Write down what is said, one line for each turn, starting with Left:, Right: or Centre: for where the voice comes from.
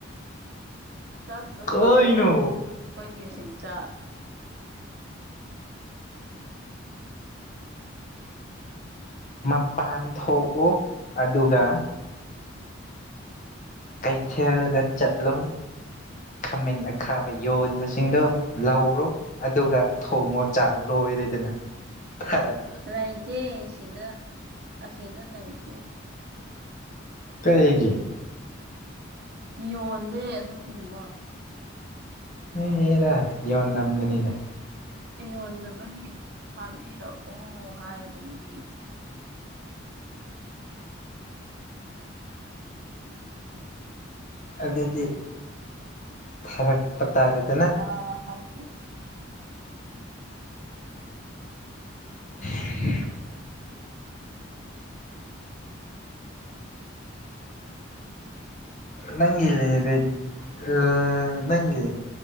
Right: ꯆꯥꯗꯕ
Left: ꯀꯩꯅꯣ
Right: ꯀꯨꯏꯔꯦ ꯈꯣꯏꯒꯤ ꯁꯤꯡ ꯆꯥ
Left: ꯃꯄꯥꯟ ꯊꯣꯛꯑꯣ ꯑꯗꯨꯒ ꯀꯩꯊꯦꯜꯗ ꯆꯠꯂꯣ ꯈꯥꯃꯦꯟ ꯑꯈꯥꯕ ꯌꯣꯟꯕꯁ ꯁꯤꯡꯗꯣ ꯂꯧꯔꯣ ꯑꯗꯨꯒ ꯊꯣꯡꯉꯣ ꯆꯥꯔꯣ ꯂꯣꯏꯔꯦꯗꯅ ꯊꯔꯛ
Right: ꯂꯩꯇꯦ ꯑꯁꯤꯗ ꯑꯁꯤꯗ ꯂꯩꯇꯦ
Left: ꯀꯩꯒꯤ
Right: ꯌꯣꯟꯗꯦ ꯑꯗꯨꯒꯨꯝꯕ
Left: ꯍꯦꯔꯥ ꯌꯣꯟꯂꯝꯒꯅꯤꯗꯥ꯫
Right: ꯌꯣꯟꯗꯕꯒꯤ ꯊꯥꯕꯤꯔꯛꯑꯣ ꯍꯥꯏꯕꯅꯤ꯫
Left: ꯑꯗꯨꯗꯤ ꯊꯥꯔꯛꯄ ꯇꯥꯔꯦꯗꯅ꯫
Right: ꯑ ꯍꯧꯗꯦ
Left: <inaudible> ꯅꯪꯒꯤ ꯂꯤꯔꯤꯛ ꯑ ꯅꯪꯒꯤ